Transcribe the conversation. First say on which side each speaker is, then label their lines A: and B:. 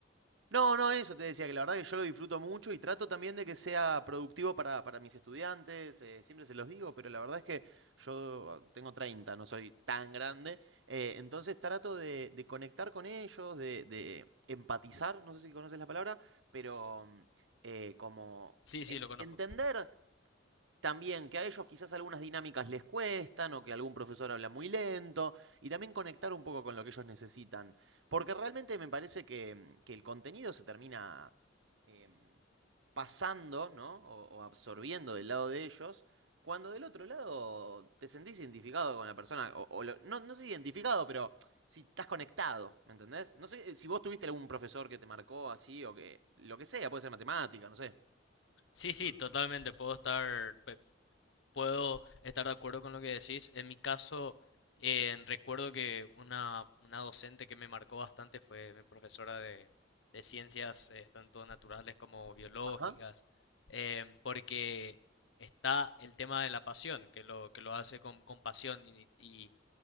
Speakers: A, on the right (about 70°); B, on the left (about 70°).
A: No, no, eso te decía, que la verdad que yo lo disfruto mucho y trato también de que sea productivo para, para mis estudiantes, eh, siempre se los digo, pero la verdad es que yo ah, tengo treinta no soy tan grande, eh, entonces trato de, de conectar con ellos, de, de empatizar, no sé si conoces la palabra, pero mm, eh, como
B: Sí, sí,
A: en-
B: lo conozco.
A: entender también que a ellos quizás algunas dinámicas les cuestan o que algún profesor habla muy lento y también conectar un poco con lo que ellos necesitan. Porque realmente me parece que, que el contenido se termina em, pasando ¿no? o, o absorbiendo del lado de ellos. Cuando del otro lado te sentís identificado con la persona, o, o lo- no, no sé si identificado, pero si estás conectado, ¿me entendés? No sé eh, si vos tuviste algún profesor que te marcó así o que, lo que sea, puede ser matemática, no sé.
B: Sí, sí, totalmente, puedo estar... Puedo estar de acuerdo con lo que decís. En mi caso, eh, recuerdo que una, una docente que me marcó bastante fue mi profesora de, de ciencias, eh, tanto naturales como biológicas,
A: Ajá.
B: eh, porque está el tema de la pasión, que lo, que lo hace con, con pasión y, y